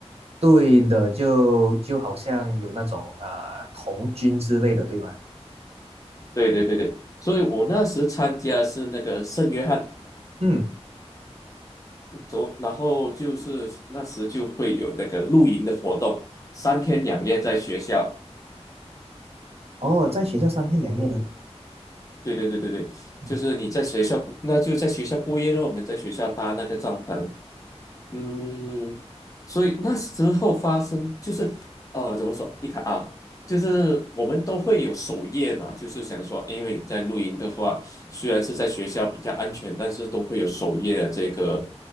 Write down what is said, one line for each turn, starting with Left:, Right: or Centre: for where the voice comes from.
Right: 对的，就就好像有那种啊、呃童军之类的，对吗？
Left: 对对对对，所以我那时参加是那个圣约翰
Right: 嗯，
Left: 走，然后就是那时就会有那个露营的活动，三天两夜在学校。
Right: 哦，在学校三天两夜的，
Left: 嗯，对对对对对，
Right: 嗯
Left: 就是你在学校，那就在学校过夜了。我们在学校搭那个帐篷，嗯，所以那时候发生就是呃，怎么说？你看啊，就是我们都会有守夜嘛，就是想说，因为你在露营的话，虽然是在学校比较安全，但是都会有守夜的这个